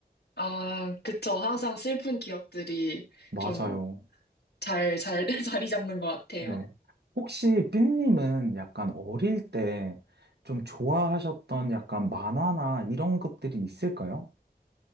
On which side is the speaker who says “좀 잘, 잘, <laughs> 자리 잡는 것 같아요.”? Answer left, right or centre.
Left